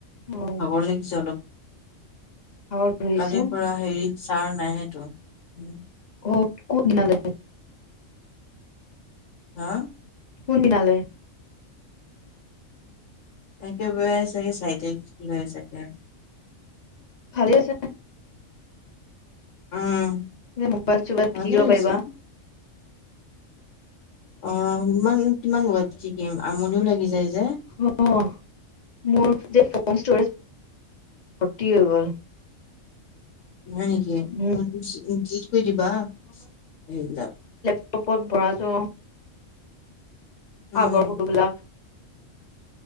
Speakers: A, on the left; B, on the left.
A: অ',
B: ভাগৰ লাগিছে অলপ।
A: ভাগৰ ধৰিছে।
B: কালিৰ পৰা হেৰি ছাৰ নাহেটো উম।
A: অ কত মিলালে?
B: হা?
A: কোন দিনালে?
B: একেবাৰে চাগে চাৰি তাৰিখ লৈ চাগে
A: ভালে হইচে।
B: উম,
A: মোবাইল ছবাইল পিটিকিব
B: ভালে হৈছে।
A: পাৰিবা।
B: অ ইমান কিমান ম'বাইল পিতিকিম আমনিও লাগি যায় যে।
A: অ মোৰ যে ফোন ষ্টৰেজ ভৰতি হয় গল।
B: নাই নেকি
A: উম,
B: মোৰ <unintelligible> সোয় দিবা <unintelligible>
A: গ্ৰুপত ভৰাছো।
B: উম,
A: আগৰ ফটো বিলাক।